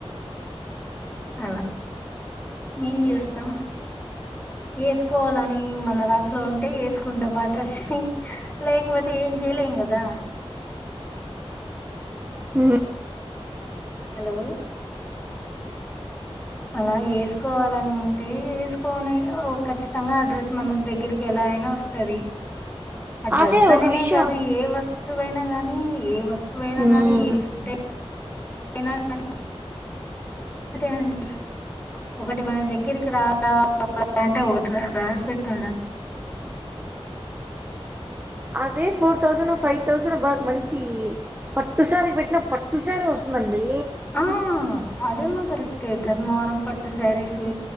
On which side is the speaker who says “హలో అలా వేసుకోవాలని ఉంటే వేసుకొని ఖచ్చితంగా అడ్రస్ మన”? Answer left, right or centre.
Left